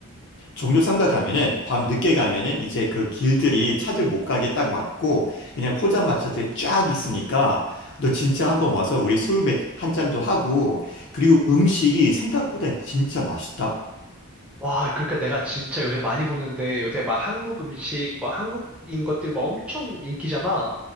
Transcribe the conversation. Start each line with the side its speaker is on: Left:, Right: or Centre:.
Left: 종로 삼가 가면은 밤 늦게 가면은 이제 그 길들이 차들 못 가게 딱 막고 그냥 포장마차들이 쫙 있으니까 너 진짜 한번 와서 우리 술 한 잔도 하고 그리고 음식이 생각보다 진짜 맛있다.
Centre: 와, 그러니까 내가 진짜 요새 많이 보는데 요새 막 한국 음식, 막 한국인 것들 막 엄청 인기잖아.